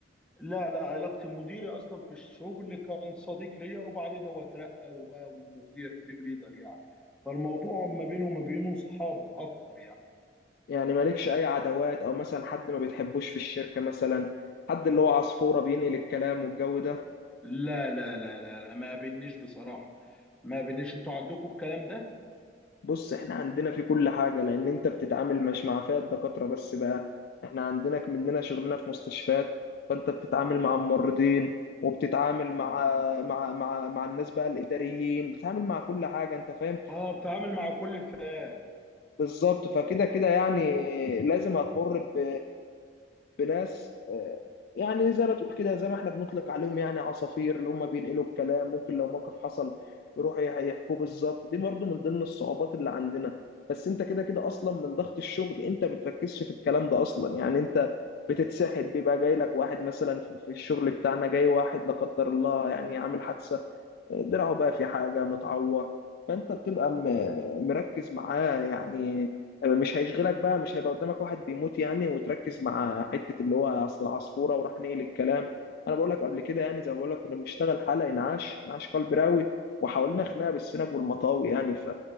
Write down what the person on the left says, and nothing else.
يعني مالكش اي عداوات او مثلا حد ما بتحبوش في الشركة مثلا حد اللي هو عصفورة بينقل الكلام والجو ده
بص احنا عندنا في كل حاجة لأن أنت بتتعامل مش مع فئة دكاترة بس بقى احنا عندنا مننا شغلنا في مستشفيات فأنت بتتعامل مع الممرضين وبتتعامل مع
مع مع مع الناس بقى الإداريين بتتعامل مع كل حاجة أنت فاهم
بالظبط فكده كده يعني لازم هتمر ب... بناس آه، يعني زي ما تقول كده زي ما احنا بنطلق عليهم يعني عصافير اللي هم بينقلوا الكلام ممكن لو موقف حصل يروحوا يح- يحكوه بالظبط دي برضو من ضمن الصعوبات اللي عندنا بس انت كده كده اصلا من ضغط الشغل انت بتركزش في الكلام ده اصلا يعني انت بتتسحل بيبقى جاي لك واحد مثلا في في الشغل بتاعنا جاي واحد لا قدر الله يعني عامل حادثة دراعه بقى في حاجة متعور فأنت بتبقى م- مركز معاه يعني مش هيشغلك بقى مش هيبقى قدامك واحد بيموت يعني وتركز مع حتة اللي هو أصل العصفورة وراح نقل الكلام أنا بقول لك قبل كده يعني زي ما بقول لك كنا بنشتغل حلقة إنعاش إنعاش قلب راوي وحاولنا خناقة بالسنج والمطاوي يعني ف...